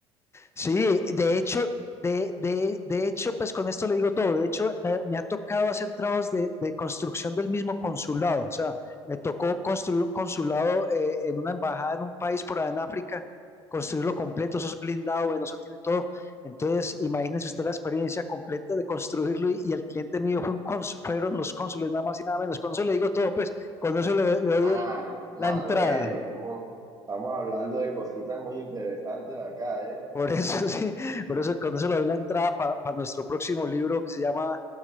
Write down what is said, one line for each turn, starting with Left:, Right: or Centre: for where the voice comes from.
Left: Sí, de hecho, de, de, de hecho, pues con esto le digo todo. De hecho, me, me ha tocado hacer trabajos de, de construcción del mismo consulado. O sea, me tocó construir un consulado eh, en una embajada en un país por allá en África, construirlo completo. Eso es blindado, bueno, eso tiene todo. Entonces, imagínese usted la experiencia completa de construirlo y, y el cliente mío fue un cons- fueron los cónsules, nada más y nada menos. Con eso le digo todo, pues, con eso le, le doy
Right: Ah,
Left: el- la
Right: ah,
Left: entrada.
Right: bueno, estamos, estamos hablando de cositas muy interesantes acá, ¿eh?
Left: Por eso <laughs> sí, por eso con eso le doy la entrada para nuestro próximo libro que se llama